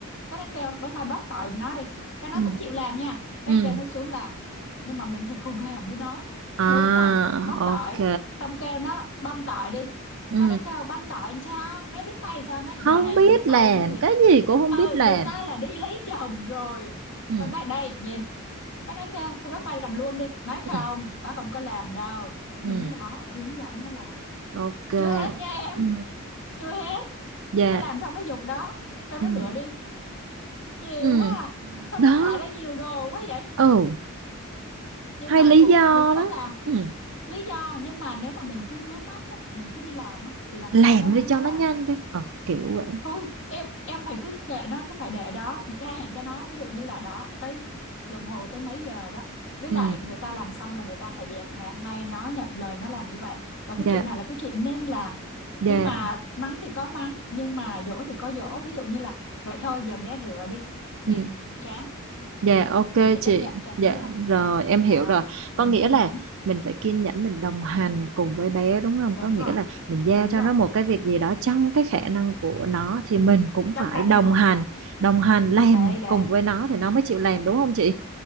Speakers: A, on the left (about 60°); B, on the right (about 65°).
A: cái nó kêu bóng mai bóc tỏi nó đi cái nó
B: ừ
A: cũng chịu làm nha cái
B: ừ
A: kêu nó xuống làm nhưng mà mình phải cùng làm với nó
B: à
A: đúng thật bóc
B: ok
A: tỏi xong kêu nó băm tỏi đi
B: ừ
A: cái nó kêu băm tỏi làm sao mấy đứt tay sao nó
B: không
A: giờ này
B: biết
A: còn đứt tay
B: làm
A: nữa người
B: cái gì cũng không
A: ừ
B: biết làm
A: người ta là đi lấy chồng rồi
B: ừ
A: xong cái đây nhìn cái nó kêu thôi bác mai làm luôn đi nói không
B: ừ
A: bác không có làm đâu
B: ừ
A: đứng đó hướng dẫn nó làm
B: ok
A: chưa hết nha em
B: ừ
A: chưa hết
B: dạ
A: nó làm xong nó giục đó kêu nó
B: ừ
A: rửa đi nhiều
B: ừ
A: quá à. sao
B: đó
A: bé thải ra nhiều đồ quá vậy
B: ừ
A: nhưng
B: hay
A: mà
B: lý
A: cũng
B: do
A: mình không
B: đó
A: làm
B: ừ
A: lý do nhưng mà nếu mà mình cứ ngứa mắt á mình cứ đi làm á thì làm
B: làm
A: sao nó
B: đi cho
A: nó làm
B: nó nhanh đi ờ kiểu vậy
A: thôi em em phải cứ kệ nó cứ phải để đó gia hạn cho nó ví dụ như là đó tới đồng hồ tới mấy giờ đó với
B: ừ
A: lại người ta làm xong là người ta phải dẹp ngày hôm nay nó nhận lời nó làm như vậy và cái
B: dạ
A: chuyện này là cái chuyện nên làm
B: dạ
A: nhưng mà mắng thì có mắng nhưng mà dỗ thì có dỗ ví dụ như là vậy thôi giờ bé rửa đi mình
B: ừ
A: chán
B: dạ ok
A: mình phải
B: chị
A: chấp nhận cho
B: dạ
A: nó làm
B: rồi em hiểu
A: đấy
B: rồi có
A: mình
B: nghĩa
A: kiên
B: là
A: nhẫn
B: mình phải kiên nhẫn mình đồng hành cùng với bé đúng không
A: đúng
B: có nghĩa
A: rồi
B: là mình giao
A: đúng
B: cho
A: rồi
B: nó một cái việc gì đó trong cái khả năng của nó thì mình cũng
A: trong
B: phải
A: khả
B: đồng
A: năng của
B: hành
A: nó
B: đồng hành làm
A: đấy đấy
B: cùng với nó thì nó mới chịu làm đúng không chị